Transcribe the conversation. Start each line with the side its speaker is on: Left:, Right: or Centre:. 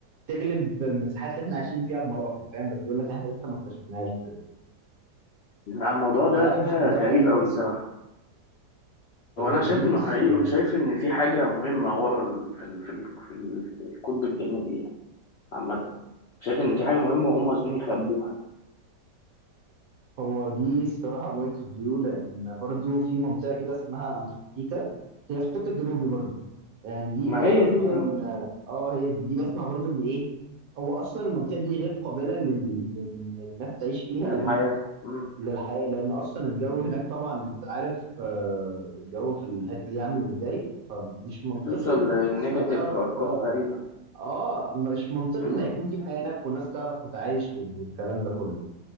Right: تغلب المساحات اللي احنا عايشين فيها بمراحل فاهم بس بيقول لك احنا لسه ما اكتشفناهاش وكده
Left: لا، الموضوع
Right: مش
Left: ده
Right: عارف ده
Left: غريب
Right: حقيقي
Left: قوي
Right: ولا
Left: الصراحة
Right: لا هو
Left: هو انا
Right: غريب
Left: شايف انه
Right: الصراحه
Left: حقيقي وشايف ان في حاجة مهمة ورا ال... في ال... في ال... في ال... في القطب الجنوبي يعني عامة شايف ان في حاجة مهمة وهم قاصدين يخبوها
Right: هو دي الصراحة بوينت اوف فيو لأن برضو في منطقة كده اسمها أنتاركتيكا هي في القطب الجنوبي برضو يعني دي
Left: ما
Right: دي
Left: هي
Right: أنا بسمع
Left: دي
Right: إن
Left: آه،
Right: آه هي دي دي بسمع برضو إن إيه هو أصلا المنطقة دي غير قابلة لل... لل... للناس تعيش فيها
Left: الحياة
Right: ليه؟
Left: مم.
Right: للحياة لأن أصلا الجو هناك طبعا أنت عارف آه، الجو في الحتة دي عامل إزاي فمش منطقي
Left: بتوصل
Right: إن
Left: لنيجاتيف
Right: في ناس هتعرف
Left: ارقام
Right: آه
Left: غريبة
Right: آه، مش منطقي
Left: مم.
Right: إن هيكون في حياة هناك والناس تعرف تتعايش وال- والكلام ده كله